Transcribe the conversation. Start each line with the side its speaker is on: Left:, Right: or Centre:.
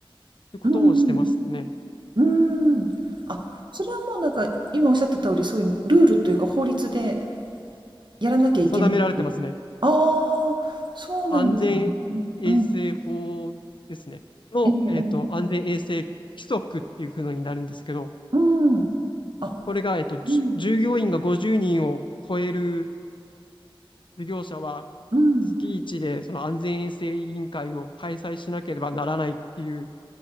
Left: こともしてますね。
Right: うん、うんうん、うん、あ、それはもうなんか、今おっしゃってた通り、そういうルールというか法律でやらなきゃいけない。
Left: 定められてますね。
Right: ああ、そうなんですね。
Left: 安全衛生法ですね。
Right: うん。
Left: の、
Right: ええええええ。
Left: えっと、安全衛生規則っていうふうになるんですけど、
Right: うん。あ、
Left: これが、えっと、じゅ従業員が50人を超える
Right: うん、
Left: 事業者は、
Right: うん。
Left: 月1でその安全衛生委員会を開催しなければならないっていう